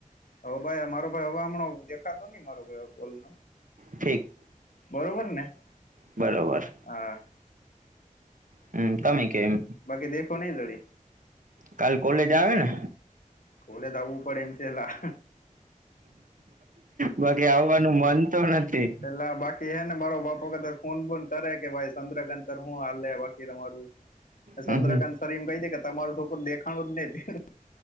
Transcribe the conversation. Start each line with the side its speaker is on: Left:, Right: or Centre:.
Left: હવે ભાઈ મારો ભાઈ હવે હમણો દેખાતો નહી મારોાઈ કોલ ન
Right: ઠીક
Left: બરોબર ને
Right: બરોબર
Left: હ
Right: હમ તમે કેમ
Left: બાકી દેખો નઈ જડી
Right: કાલ કોલેજ આવે ને
Left: કોલે જ આવવું પડે એમ છેલા
Right: બાકી આવવાનું મન તો નથી
Left: પેલા બાકી હે ને મારો બાપો કદાચ ફોન બન કરે કે ભાઈ સદ્રગ હું હાલેે બાકી તમારું
Right: હમ
Left: ચંદ્રકાંત શરીમ કહી દ કે તમારું છોકર દેખાણું જ નહ